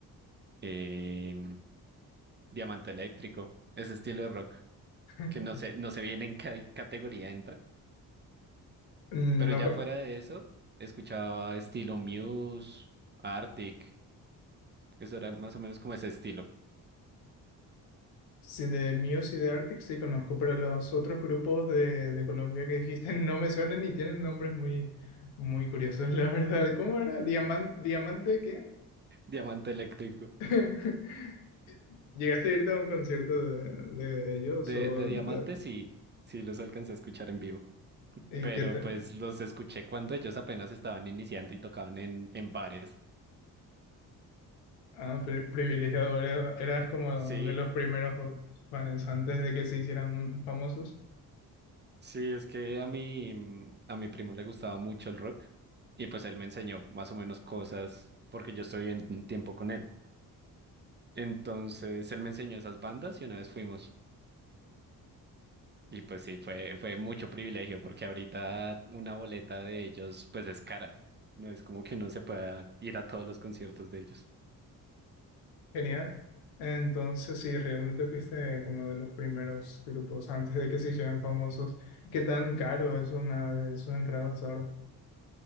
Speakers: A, on the right; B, on the left.
A: eh, Diamante Eléctrico, ese estilo de rock,
B: <laughs>
A: que no sé, no sé bien en qué categoría entra.
B: Mm,
A: Pero
B: No,
A: ya
B: co-
A: fuera de eso, escuchaba estilo Muse, Arctic, eso era más o menos como ese estilo.
B: sí, de Muse y de Arctic sí conozco, pero los otros grupos de, de Colombia que dijiste <laughs> no me suenan y tienen nombres muy, muy curiosos, la verdad. ¿Cómo era? ¿Diamante? ¿Diamante qué?
A: Diamante Eléctrico.
B: <laughs> ¿Llegaste a irte a un concierto de, de ellos
A: De,
B: o
A: de
B: de-
A: Diamante sí, sí los alcancé a escuchar en vivo.
B: y
A: pero
B: qué te-
A: pues los escuché cuando ellos apenas estaban iniciando y tocaban en, en bares.
B: ah, pri- privilegiado era- eras como
A: Sí,
B: de los primeros fans antes de que se hicieran famosos?
A: sí, es que a mi, mm, a mi primo le gustaba mucho el rock y pues él me enseñó más o menos cosas porque yo estoy en tiempo con él. Entonces él me enseñó esas bandas y una vez fuimos. Y pues sí, fue, fue mucho privilegio porque ahorita una boleta de ellos pues es cara. No es como que uno se pueda ir a todos los conciertos de ellos.
B: Genial. Entonces, si realmente fuiste como de los primeros grupos antes de que se hicieran famosos, ¿qué tan caro es una de sus entradas ahora?